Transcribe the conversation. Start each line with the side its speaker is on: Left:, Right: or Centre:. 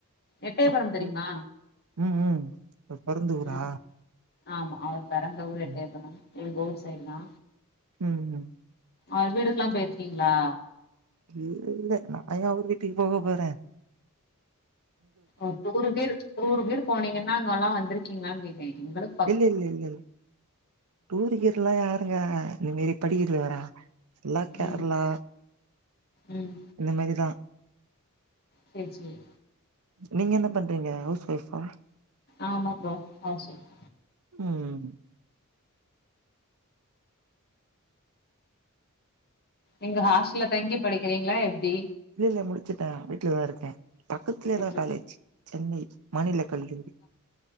Left: எட்டயபுரம்
Right: அப்போ
Left: தெரிமா
Right: ம் ம் பொறந்த ஊரா
Left: ம் ஆமா அவர் பெறந்த ஊர் எட்டயபுரம்
Right: ம்
Left: எங்க ஊர் சைடு தா
Right: ம் ம்
Left: அவ வீடுக்லா போய்ர்க்கீங்ளா
Right: இல்லில்ல நா ஏ அவர் வீட்டுக்கு போக போற
Left: ம் டூரு கீரு டூரு கீரு போனீங்கன்னா அங்கல்லா வந்துருக்கீங்ளானு கேக்டே எங்களுக்
Right: இல்லில்லில்லில்ல டூருகீருலா யாருங்க <unintelligible> எல்லா கேர்ளா
Left: ம் ம்
Right: இந்த மாரிதா
Left: சேரி சேரி
Right: நீங்க என்ன பண்றீங்க ஹவுஸ் ஒய்ஃபா
Left: ஆமா‌ ப்ரோ ஹவுஸ் ஒய்ப்
Right: ம்
Left: எங்க ஹாஸ்டல்ல தங்கி படிக்கிறீங்ளா எப்டி
Right: இல்லெல்ல முடிச்சிட்ட வீட்லதா இருக்கே பக்கத்துலதா
Left: சேரி சேரி
Right: காலேஜ் சென்னை மாநில கல்லூரி